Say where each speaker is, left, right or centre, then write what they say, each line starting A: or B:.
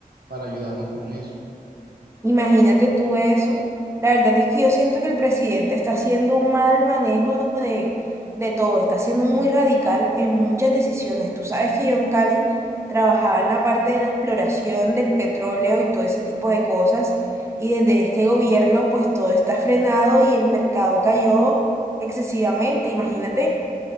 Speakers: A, on the right; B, on the right.
A: para ayudarnos con eso.
B: Imagínate tú eso. La verdad es que yo siento que el presidente está haciendo un mal manejo de, de todo, está siendo muy radical en muchas decisiones. Tú sabes que yo en Cali trabajaba en la parte de la exploración del petróleo y todo ese tipo de cosas, y desde este gobierno pues todo está frenado y el mercado cayó excesivamente. Imagínate